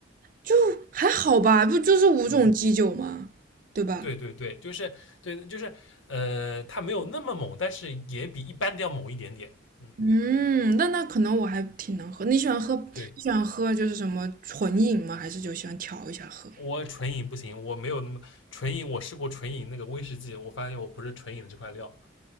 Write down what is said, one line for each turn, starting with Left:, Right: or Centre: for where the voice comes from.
Right: 就还好吧，不就是五种基酒吗？
Left: 嗯。
Right: 对吧？
Left: 对对对，就是对，就是呃，它没有那么猛，但是也比一般的要猛一点点。嗯，
Right: 嗯，那那可能我还挺能喝。你喜欢喝，
Left: 对，
Right: 你喜欢喝就是什么纯饮吗？还是就喜欢调一下喝？
Left: 我纯饮不行，我没有那么纯饮，我试过纯饮那个威士忌，我发现我不是纯饮的这块料。